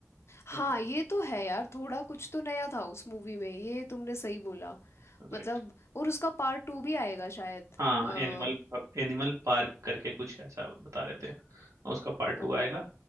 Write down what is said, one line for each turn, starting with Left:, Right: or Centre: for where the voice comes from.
Left: हाँ
Right: हम्म
Left: ये तो है यार थोड़ा कुछ तो नया था उस मूवी में ये तुमने सही बोला
Right: राइट
Left: मतलब और उसका पार्ट टू भी आएगा शायद
Right: हाँ
Left: अ,
Right: एनिमल एनिमल पार्क करके कुछ ऐसा बता रहे थे और उसका पार्ट टू
Left: ओ
Right: आएगा